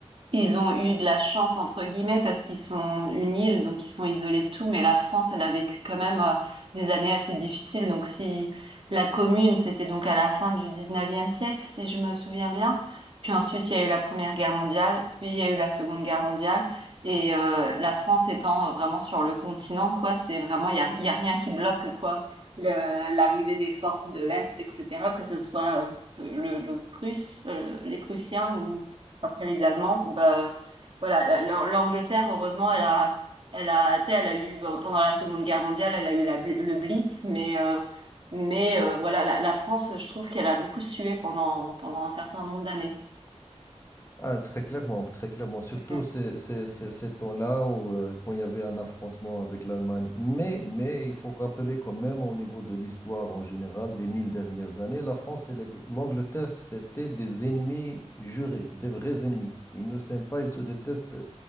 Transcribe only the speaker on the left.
Ah, très clairement, très clairement. Surtout
ces, ces, ces, ces temps-là où, euh, quand il y avait un affrontement avec l'Allemagne. Mais, mais il faut rappeler quand même au niveau de l'histoire en général des mille dernières années, la France et l'Ang- l'Angleterre, c'était des ennemis jurés, des vrais ennemis. Ils ne s'aiment pas, ils se détestent